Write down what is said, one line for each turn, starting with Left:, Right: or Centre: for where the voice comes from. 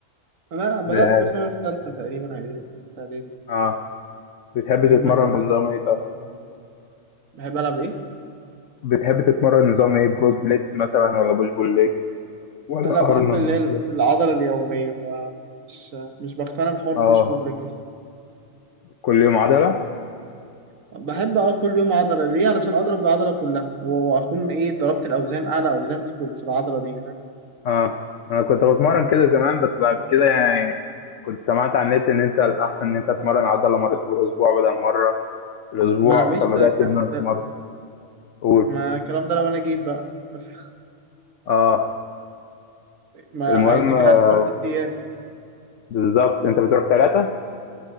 Right: انا بدات
Left: بهذا
Right: مثلا في ثالثه تقريبا اعدادي تالتة اعدادي
Left: آه بتحب
Right: يعني مثلا
Left: تتمرن بنظام إيه طيب؟
Right: بحب العب ايه
Left: بتحب تتمرن نظام ايه بروس بليت مثلا ولا بوش بول ليج ولا
Right: لا بحب
Left: ارنولد
Right: اللي هي
Left: سبليت
Right: العضله اليوميه ما مش مش بقتنع بحوار
Left: اه
Right: بوش بول ليج الصراحه
Left: كل يوم عضلة
Right: بحب اه كل يوم عضله ليه علشان اضرب العضله كلها و- واكون ايه ضربت الاوزان اعلى اوزان في كل- في العضله دي فاهم
Left: اه انا كنت بتمرن كده زمان بس بعد كده يعني كنت سمعت على النت ان انت الاحسن ان انت تتمرن عضلة مرتين في الاسبوع بدل مرة في الاسبوع
Right: ما انا مش
Left: فبدأت
Right: ده لك-
Left: ان انا
Right: ده
Left: اتمرن قول
Right: ما الكلام ده لو انا جيت بقى <laughs>
Left: اه
Right: ما
Left: المهم
Right: انت كده
Left: آه،
Right: عايز تروح ست ايام
Left: بالظبط انت بتروح ثلاثة